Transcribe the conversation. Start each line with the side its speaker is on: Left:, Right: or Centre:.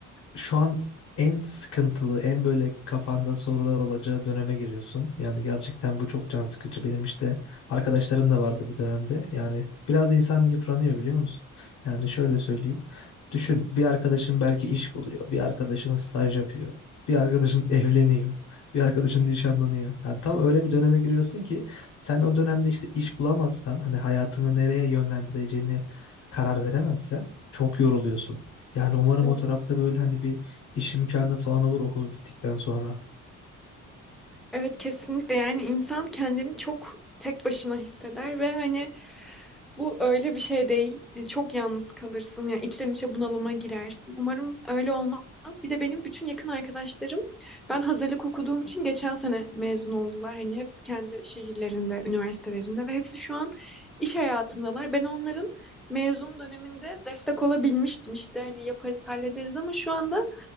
Left: şu an en sıkıntılı, en böyle kafanda sorular olacağı döneme giriyorsun. Yani gerçekten bu çok can sıkıcı. Benim işte arkadaşlarım da vardı bu dönemde. Yani biraz insan yıpranıyor biliyor musun? Yani şöyle söyleyeyim. Düşün bir arkadaşın belki iş buluyor. Bir arkadaşın staj yapıyor. Bir arkadaşın <laughs> evleniyor. Bir arkadaşın nişanlanıyor. Yani tam öyle bir döneme giriyorsun ki sen o dönemde işte iş bulamazsan hani hayatını nereye yönlendireceğini karar veremezsen çok yoruluyorsun. Yani umarım
Centre: Evet.
Left: o tarafta böyle hani bir iş imkanı falan olur okul bittikten sonra.
Centre: Evet kesinlikle yani insan kendini çok tek başına hisseder ve hani Bu öyle bir şey değil. E, Çok yalnız kalırsın. Yani içten içe bunalıma girersin. Umarım öyle olmaz. Bir de benim bütün yakın arkadaşlarım ben hazırlık okuduğum için geçen sene mezun oldular. Hani hepsi kendi şehirlerinde, üniversitelerinde ve hepsi şu an iş hayatındalar. Ben onların mezun döneminde destek olabilmiştim işte hani yaparız hallederiz ama şu anda